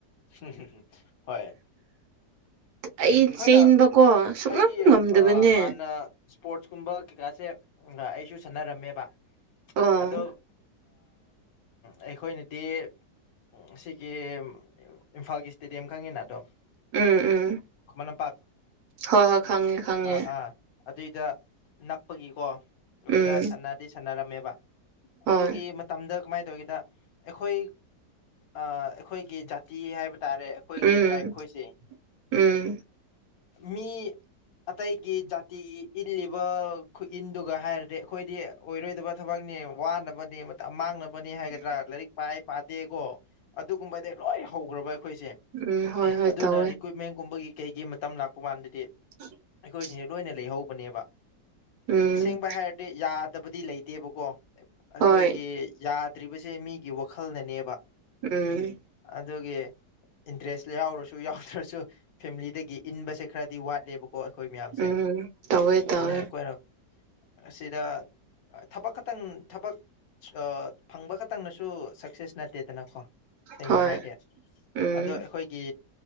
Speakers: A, on the left; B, on the right.
A: ꯍꯍꯍꯥ ꯍꯣꯏ
B: ꯑꯩ
A: ꯑꯩꯈꯣꯏꯅ
B: ꯆꯦꯟꯕꯀꯣ ꯁꯨꯛꯉꯝ
A: ꯍꯥꯏꯗꯤ
B: ꯉꯝꯗꯕꯅꯦ
A: ꯍꯥꯟꯅ ꯏꯁꯄꯣꯔꯠꯁ ꯀꯨꯝꯕ ꯀꯩꯀꯥꯁꯦ ꯑꯩꯁꯨ ꯁꯥꯟꯅꯔꯝꯃꯦꯕ
B: ꯑꯣ
A: ꯑꯗꯣ ꯑꯩꯈꯣꯏꯅꯗꯤ ꯎꯝ ꯁꯤꯒꯤ ꯏꯝꯐꯥꯜꯒꯤ ꯏꯁꯇꯦꯗꯤꯌꯝ ꯈꯪꯉꯤꯅ ꯑꯗꯣꯝ
B: ꯎꯝ ꯎꯝ
A: ꯈꯨꯃꯟ ꯂꯝꯄꯥꯛ
B: ꯍꯣꯏ ꯍꯣꯏ ꯈꯪꯉꯦ ꯈꯪꯉꯦ
A: ꯑꯥ ꯑꯥ ꯑꯗꯨꯏꯗ ꯅꯛꯄꯒꯤꯀꯣ ꯑꯗꯨꯗ
B: ꯎꯝ
A: ꯁꯥꯟꯅꯔꯗꯤ ꯁꯥꯟꯅꯔꯝꯃꯦꯕ
B: ꯍꯣꯏ
A: ꯑꯗꯨꯒꯤ ꯃꯇꯝꯗ ꯀꯃꯥꯏꯅ ꯇꯧꯒꯦꯗ ꯑꯩꯈꯣꯏ ꯑꯩꯈꯣꯏꯒꯤ ꯖꯥꯇꯤ ꯍꯥꯏꯕ ꯇꯥꯔꯦ ꯑꯩꯈꯣꯏꯒꯤ
B: ꯎꯝ
A: ꯇ꯭ꯔꯥꯏꯞ ꯈꯣꯏꯁꯦ
B: ꯎꯝ
A: ꯃꯤ ꯑꯇꯩꯒꯤ ꯖꯥꯇꯤꯒꯤ ꯏꯜꯂꯤꯕ ꯈꯨꯏꯟꯗꯨꯒ ꯍꯥꯏꯔꯗꯤ ꯑꯩꯈꯣꯏꯗꯤ ꯑꯣꯏꯔꯣꯏꯗꯕ ꯊꯕꯛꯅꯦ ꯋꯥꯅꯕꯅꯦ ꯑꯃꯥꯡꯅꯕ ꯕꯅꯤ ꯍꯥꯏꯒꯗ꯭ꯔꯥ ꯂꯥꯏꯔꯤꯛ ꯄꯥꯏ ꯄꯥꯗꯦꯀꯣ ꯑꯗꯨꯒꯨꯝꯕꯗꯤ ꯂꯣꯏ ꯍꯧꯈ꯭ꯔꯕ ꯑꯩꯈꯣꯏꯁꯦ
B: ꯎꯝ ꯍꯣꯏ ꯍꯣꯏ
A: ꯑꯗꯨꯅ
B: ꯇꯧꯋꯦ
A: ꯔꯤꯀ꯭ꯨꯏꯠꯃꯦꯟꯒꯨꯝꯕꯒꯤ ꯀꯩꯒꯤ ꯃꯇꯝ ꯂꯥꯛꯄ ꯀꯥꯟꯗꯗꯤ
B: <unintelligible>
A: ꯑꯩꯣꯏꯁꯤꯡꯁꯦ ꯂꯣꯏꯅ ꯂꯩꯍꯧꯕꯅꯦꯕ
B: ꯎꯝ
A: ꯑꯁꯦꯡꯕ ꯍꯥꯏꯔꯗꯤ ꯌꯥꯗꯕꯗꯤ ꯂꯩꯇꯦꯕꯀꯣ ꯑꯩꯈꯣꯏꯒꯤ
B: ꯍꯣꯏ
A: ꯌꯥꯗ꯭ꯔꯤꯕꯁꯦ ꯃꯤꯒꯤ ꯋꯥꯈꯜꯅꯅꯦꯕ
B: ꯎꯝ
A: ꯑꯗꯨꯒꯤ ꯏꯟꯇꯔꯦꯁ ꯌꯥꯎꯔꯁꯨ ꯌꯥꯎꯗ꯭ꯔꯁꯨ ꯐꯦꯃꯤꯂꯤꯗꯒꯤ ꯏꯟꯕꯁꯦ ꯈꯔꯗꯤ ꯋꯥꯠꯂꯦꯕ ꯀꯣ ꯑꯩꯈꯣꯏ ꯃꯌꯥꯝꯁꯦ
B: ꯎꯝ ꯇꯧꯋꯦ ꯇꯧꯋꯦ
A: ꯑꯩꯈꯣꯏꯅ ꯑꯁꯤꯗ ꯊꯕꯛ ꯈꯛꯇꯪ ꯊꯕꯛ ꯑ ꯐꯪꯕ ꯈꯛꯇꯪꯅꯁꯨ ꯁꯛꯁꯦꯁ ꯅꯠꯇꯦꯗꯅꯀꯣ ꯁꯦꯡꯅ
B: ꯍꯣꯏ
A: ꯍꯥꯏꯔꯗꯤ
B: ꯎꯝ
A: ꯑꯗꯣ ꯑꯩꯈꯣꯏꯒꯤ